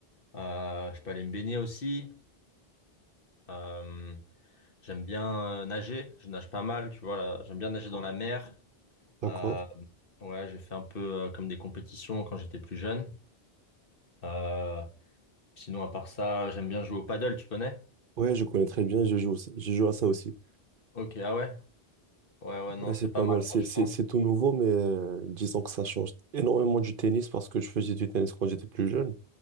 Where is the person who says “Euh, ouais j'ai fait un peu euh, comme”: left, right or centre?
Left